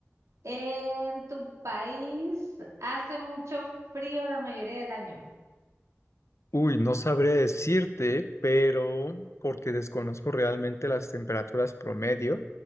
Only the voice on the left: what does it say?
Uy, no sabré decirte, pero porque desconozco realmente las temperaturas promedio,